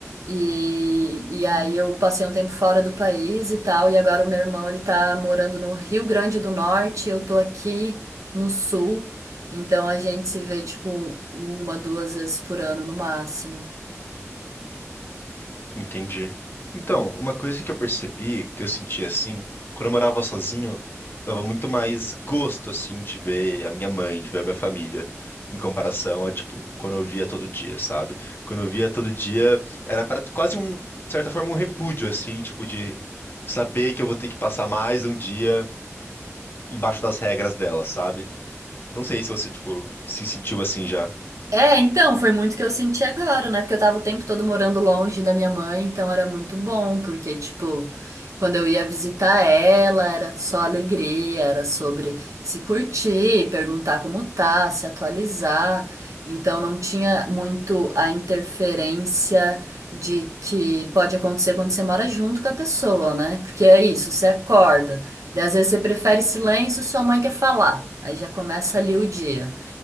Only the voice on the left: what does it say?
Entendi. Então, uma coisa que eu percebi, que eu sentia assim, quando eu morava sozinho, dava muito mais gosto, assim, de ver a minha mãe, de ver a minha família, em comparação a, tipo, quando eu via todo dia, sabe? Quando eu via todo dia, era pra, quase um, de certa forma, um repúdio, assim, tipo, de saber que eu vou ter que passar mais um dia embaixo das regras dela, sabe? Não sei se você, tipo, se sentiu assim já.